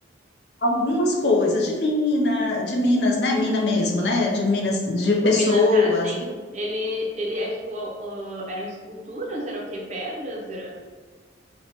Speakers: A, on the left (about 60°); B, on the right (about 40°).
A: algumas coisas de mina, de Minas, né? Mina mesmo, né? De Minas, de
B: Tipo,
A: pessoas,
B: mina. Tá, sim.
A: que,
B: Ele, ele é tipo. ah, eram esculturas? Era o quê? Pedras? Era...